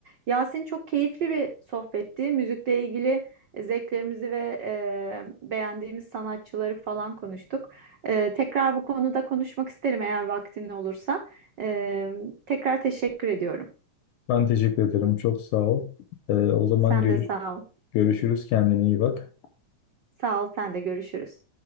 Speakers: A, on the right; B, on the left.
A: Yasin çok keyifli bir sohbetti. Müzikle ilgili e, zevklerimizi ve e, beğendiğimiz sanatçıları falan konuştuk. E, tekrar bu konuda konuşmak isterim eğer vaktin olursa. E, tekrar teşekkür ediyorum.
B: Ben teşekkür ederim. Çok sağ ol. Ee, o zaman
A: Sen
B: görü-
A: de sağ ol.
B: görüşürüz. Kendine iyi bak.
A: Sağ ol, sen de görüşürüz.